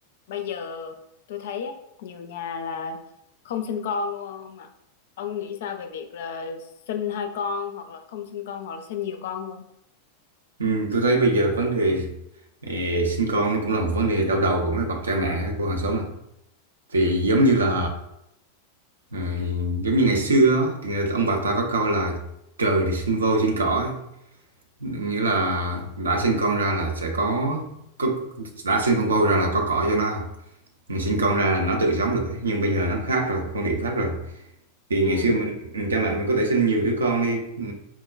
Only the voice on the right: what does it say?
Ừ, tôi thấy bây giờ vấn đề eh, sinh con nó cũng là một vấn đề đau đầu của mấy bậc cha mẹ của hàng xóm mà. Thì giống như là ừ, giống như ngày xưa á, thì người, ông bà ta có câu là trời thì sinh voi sinh cỏ ấy. Nghĩa là đã sinh con ra là sẽ có, có đã sinh con voi ra là có cỏ cho nó. ăn. Mình sinh con ra là nó tự sống được ấy. Nhưng bây giờ nó khác rồi, quan điểm khác rồi. Thì
ngày xưa mình ừ, cha mẹ mình có thể sinh nhiều đứa con đi, ừ,